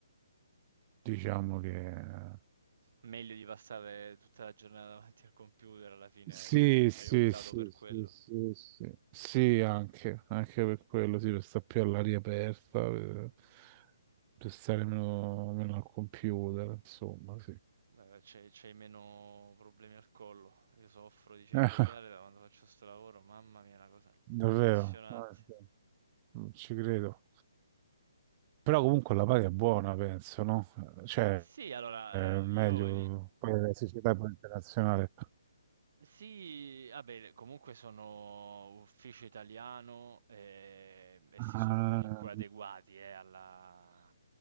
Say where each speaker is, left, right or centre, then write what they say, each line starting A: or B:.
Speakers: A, on the right; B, on the right.
A: diciamo che
B: Meglio di passare tutta la giornata davanti al computer, alla fine
A: Sì,
B: hai, hai
A: sì,
B: optato
A: sì,
B: per quello.
A: sì, sì, sì, Sì, anche, anche per quello, sì, per stare più all'aria aperta, per, per stare meno, meno al computer, insomma, sì. Eh,
B: Eh, C'hai c'hai meno problemi al collo. Io soffro di cervicale
A: <laughs>
B: da quando faccio sto lavoro. Mamma mia, è una cosa
A: davvero,
B: impressionante.
A: Ah, sì. non ci credo. Però comunque la paga è buona, penso, no? Cioè,
B: Sì, allora,
A: è meglio,
B: eh, io...
A: poi la società poi internazionale.
B: Sì, vabbè, comunque sono ufficio italiano eh, e,
A: Ah,
B: si sono comunque adeguati eh, alla-